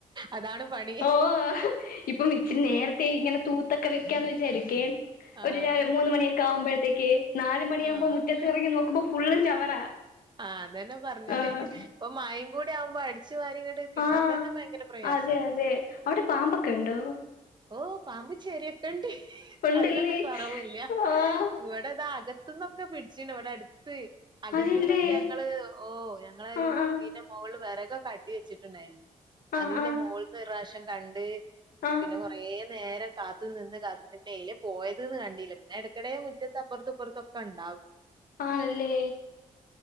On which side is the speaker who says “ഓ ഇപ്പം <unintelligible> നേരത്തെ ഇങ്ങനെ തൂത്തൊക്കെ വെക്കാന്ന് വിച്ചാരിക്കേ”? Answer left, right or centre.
Left